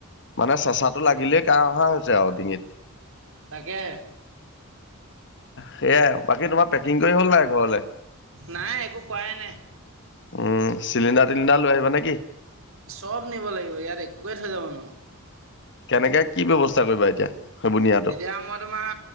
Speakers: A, on the left (about 55°); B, on the right (about 65°).
A: মানে চেচাটো লাগিলেই কাহ অহা হৈছে আৰু ডিঙিত
B: তাকে
A: সেয়াই বাকী তোমাৰ পেকিং কৰি হ'ল নাই ঘৰলে
B: নাই একো কৰাই নাই।
A: উম, চিলিণ্ডাৰ, টিলিণ্ডাৰ লৈ আহিবা নেকি।
B: চব নিব লাগিব ইয়াত একোৱে থৈ যাব নোৱাৰো।
A: কেনেকে কি ব্যৱস্থা কৰিবা এতিয়া। সেইবোৰ নিয়াটো
B: এতিয়া মই তোমাৰ